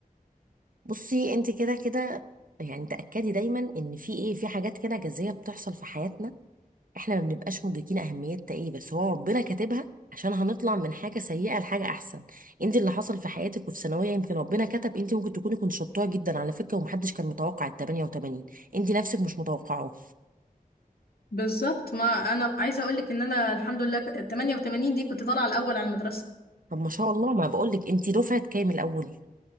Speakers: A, on the right; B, on the left.
A: بصي انت كده كده يعني تأكدي دايما ان في ايه في حاجات كده جذرية بتحصل في حياتنا احنا ما بنبقاش مدركين اهميتها ايه بس هو ربنا كاتبها عشان هنطلع من حاجه سيئه لحاجه احسن انت اللي حصل في حياتك وفي ثانويه يمكن ربنا كتب انت ممكن تكوني كنت شطوره جدا على فكره ومحدش كان متوقع ال 88 انت نفسك مش متوقعه
B: بالظبط ما انا عايزه اقول لك ان انا الحمد لله 88 دي كنت طالعه الاول على المدرسه
A: طب ما شاء الله ما بقولك انت دفعه كام الاول